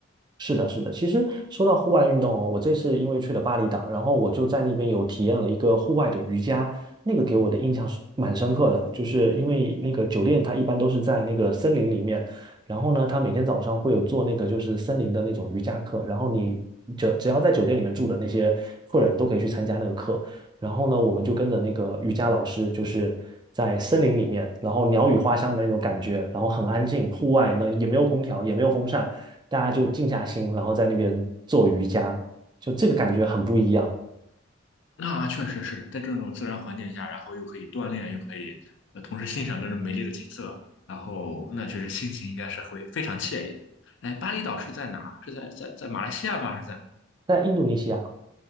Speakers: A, on the right (about 20°); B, on the left (about 70°).
A: 是的，是的。其实说到户外运动哦，我这次因为去了巴厘岛，然后我就在那边有体验了一个户外的瑜伽，那个给我的印象是蛮深刻的，就是因为那个酒店它一般都是在那个森林里面，然后呢，它每天早上会有做那个就是森林的那种瑜伽课，然后你就只要在酒店里面住的那些客人都可以去参加那个课。然后呢，我们就跟着那个瑜伽老师，就是在森林里面，然后鸟语花香的那种感觉，然后很安静，户外呢也没有空调，也没有风扇，大家就静下心，然后在那边做瑜伽，就这个感觉很不一样。
B: 那确实是在这种自然环境下，然后又可以锻炼，又可以呃同时欣赏这种美丽的景色，然后那确实心情应该是会非常惬意的。哎，巴厘岛是在哪儿？是在在在马来西亚吗？还是在
A: 在印度尼西亚，